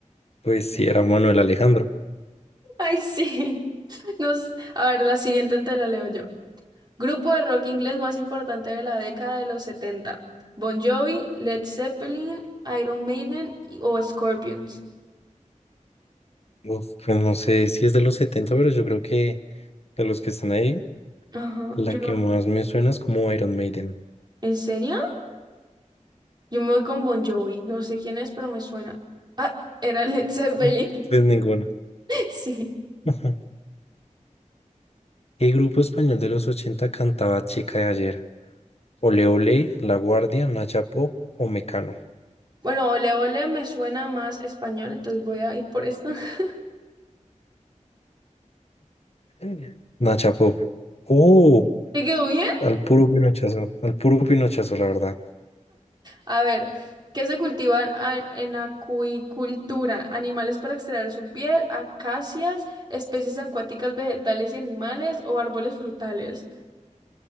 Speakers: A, on the left; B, on the right.
A: Pues sí era Manuel Alejandro.
B: Ay, sí. Nos... A ver, la siguiente te la leo yo. Grupo de rock inglés más importante de la década de los 70. Bon Jovi, Led Zeppelin, Iron Maiden y- o Scorpions.
A: Uf, pues no sé si es de los 70, pero yo creo que... De los que están ahí,
B: Ajá,
A: la
B: yo
A: que
B: no-
A: más me suena es como Iron Maiden.
B: ¿En serio? Yo me voy con Bon Jovi. No sé quién es, pero me suena. Ah, era Led Zeppelin.
A: Mm,
B: <laughs>
A: Pues ninguna.
B: Sí.
A: Ajá. ¿Qué grupo español de los 80 cantaba Chica de ayer? Ole Ole, La Guardia, Nacha Pop o Mecano.
B: Bueno, Ole Ole me suena más español, entonces voy a ir por esto. <laughs>
A: Mm. Nacha Pop. Oh,
B: ¿Te quedó bien?
A: al puro pinochazo, al puro pinochazo, la verdad.
B: A ver, ¿qué se cultiva en, en acuicultura? Animales para extraer su piel, acacias, especies acuáticas, vegetales y animales o árboles frutales.